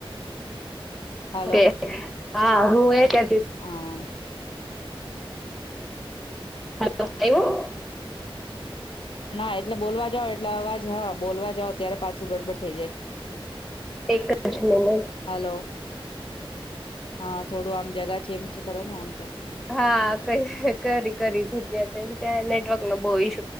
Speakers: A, on the left; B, in the centre.
A: હલો
B: ઓકે હા હું એ કેતી.
A: હા
B: હલો એવું.
A: ના એટલે બોલવા જાવ એટલે અવાજ હા બોલવા જાવ ત્યારે પાછું ગડબડ થઈ જાય.
B: એક જ મિનટ.
A: હલો હા થોડું આમ જગ. ચેન્જ કરો ને આમ.
B: હા, કઈ કરી કરી જગ્યા ત્યાં નેટવર્ક નો બહુ ઈશ્યુ્